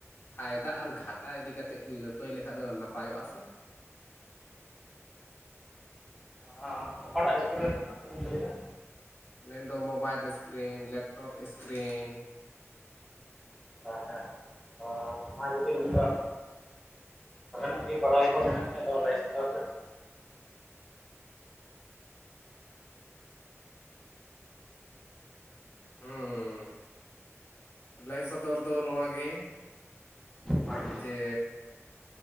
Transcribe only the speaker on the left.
ᱯᱷᱟᱭᱫᱟ ᱟᱨ ᱜᱷᱟᱴ ᱴᱟ ᱤᱫᱤ ᱠᱟᱛ ᱞᱟᱹᱯᱟᱹᱭ ᱞᱮᱠᱷᱟᱡ ᱫᱚ ᱱᱟᱯᱟᱭᱚᱜᱼᱟ ᱥᱮ?
ᱢᱮᱱᱫᱚ ᱢᱳᱵᱟᱭᱤᱞ ᱤᱥᱠᱨᱤᱱ ᱞᱮᱯᱴᱚᱯ ᱤᱥᱠᱨᱤᱱ
ᱦᱩᱸᱻᱻ ᱞᱟᱹᱭ ᱥᱚᱫᱚᱨ ᱫᱚ ᱱᱚᱣᱟ ᱜᱮ
ᱡᱮᱻᱻ